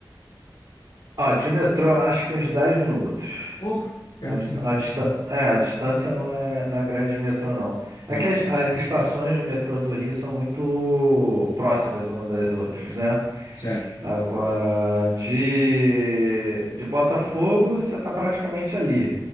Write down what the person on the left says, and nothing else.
Oh, pertinho,
então.
Ah,
ah,
certo.